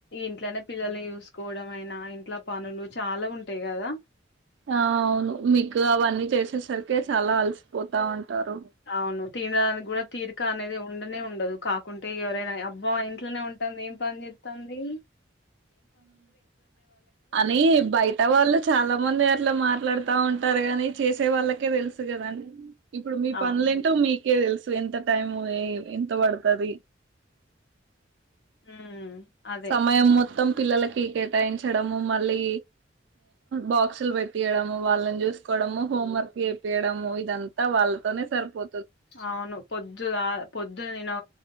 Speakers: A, on the left; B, on the right.
A: ఇంట్లోనే పిల్లల్ని యుస్ కోవడమైనా ఇంట్ల పనులు చాలా ఉంటయ్ కదా
B: ఆ అవును మీక్ అవన్నీ చేసేసరికి చాలా అలసిపోతా ఉం ంటారు.
A: అవును తినడానికి కూడా తీరిక అనేది ఉండనే ఉండదు కా కుంటే ఇగ ఎవరైన అబ్బా ఇంట్ ట్లనే ఉంటాంది ఏం పని చేత్ తాంది
B: అని బయట వాళ్ళు చాలా మంది అట్లా మాట్ల ట్లాడుతా ఉంటారు గానీ చేసే వాళ్ళకే తెలుసు కదండి ఇప్పుడు మీ
A: అవును
B: పనులు ఏంటో మీ కే తెలుసు ఎంత టైం ఎంత పడుతది
A: ఉమ్ అదే
B: సమయం మొత్తం పిల్లలకి కేటాయించడము మళ్ళీ, బాక్సులు పెట్టియ్యడము వాళ్ళని చూసుకోవడము, హోం వర్క్ చేపియ్యడము ఇదంతా వాళ్ళతోనే సరిపో
A: అవును పొద్దుగాల పొద్దున నేను